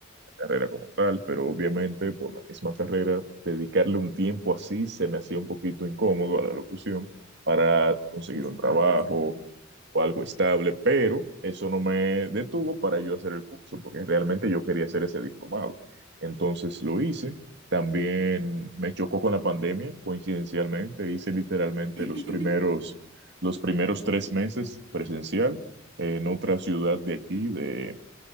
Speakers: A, on the right; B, on the right.
A: carrera como tal, pero obviamente por la misma carrera, dedicarle un tiempo así se me hacía un poquito incómodo a la locución para conseguir
B: Eso
A: un trabajo
B: estaba pensando.
A: o algo estable, pero eso no me detuvo para yo hacer el curso, porque realmente yo quería hacer ese diplomado. Entonces lo hice. También me chocó con la pandemia, coincidencialmente, hice literalmente
B: <laughs>
A: los primeros, los primeros tres meses presencial eh, en otra ciudad de aquí, de,